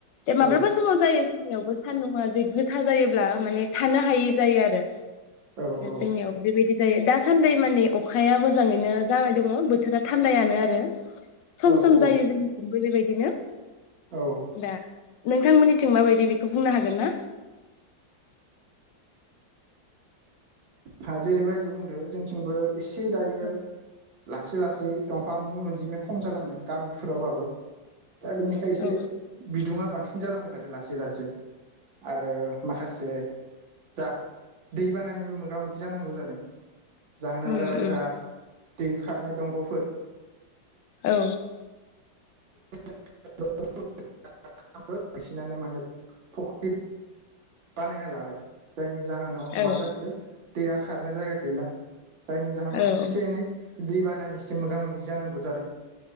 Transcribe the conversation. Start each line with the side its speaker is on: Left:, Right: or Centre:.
Left: ए‌माब्ला
Right: औ
Left: समाव जायो। जोंनियावबो सानदुंङा जे गोसा जायोब्ला माने थानो हायै जायो आरो।
Right: औ औ
Left: जोंनियाव बेबायदि जायो दासान्दै माने‌ अखाया मोजाङैनो जाबाय दङ बोथोरा थान्दायानो आरो। सम
Right: औ
Left: सम
Right: औ
Left: जायो जोंनिबो बेबायदिनो
Right: औ
Left: दा नोंथांमोननिथिं माबायदि बेखौ बुंनो हागोन ना?
Right: हा जेरैबायदि बुंदों जोंथिंबो एसे दायो
Left: औ
Right: ला लासै लासै दंफांनि अनजिमाया खम जालांदों गामिफोरावबाबो। दा बेनिखाय एसे
Left: औ
Right: बिदुुंङा बांसिन जालांबाय थादों लासै लासै आरो माखासे जा दै बानानिबो मो मोगा मोगि जानांगौ जादों जाहोना
Left: औ
Right: जाबाय जा दै खारनाय दंग'फोर
Left: औ
Right: हेलौ <unintelligible> बांसिनानो माने फुख्रि बानायना लाबाय जायनि जाउ जाहोनाव
Left: औ
Right: मा जाखो दैया खारनो जायगा गैला जायनि जाहोनाव
Left: औ
Right: एसे एनै दैबानानिसोम मोगा मोगि जानांगौ जादों।